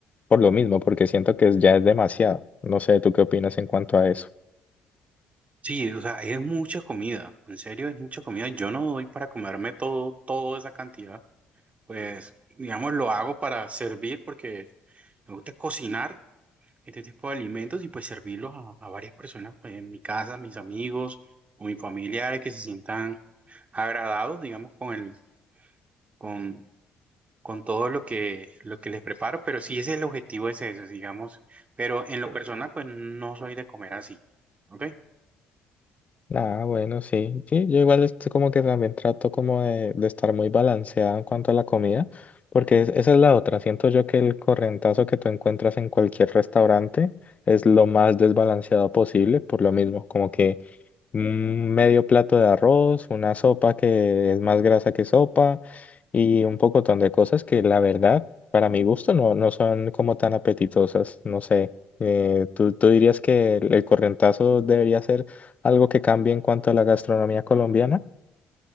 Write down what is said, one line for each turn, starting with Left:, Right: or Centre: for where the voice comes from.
Left: por lo mismo, porque siento que es- ya es demasiado. No sé, ¿tú qué opinas en cuanto a eso?
Right: Sí, o sea, es mucha comida. En serio, es mucha comida. Yo no doy para comerme todo, toda esa cantidad. Pues, digamos, lo hago para servir porque me gusta cocinar este tipo de alimentos y pues servirlos a, a varias personas, pues en mi casa, mis amigos o mis familiares que se sientan agradados, digamos, con el, con, con todo lo que, lo que les preparo, pero sí ese es el objetivo, es ese, digamos, pero en lo personal, pues no soy de comer así, ¿ok?
Left: Ah, bueno, sí. Sí, yo igual estoy como que también trato como de, de estar muy balanceado en cuanto a la comida, porque es- esa es la otra. Siento yo que el correntazo que tú encuentras en cualquier restaurante es lo más desbalanceado posible, por lo mismo, como que un medio plato de arroz, una sopa que es más grasa que sopa y un pocotón de cosas que la verdad, para mi gusto, no, no son como tan apetitosas. No sé, eh, ¿tú, tú dirías que el, el corrientazo debería ser algo que cambie en cuanto a la gastronomía colombiana?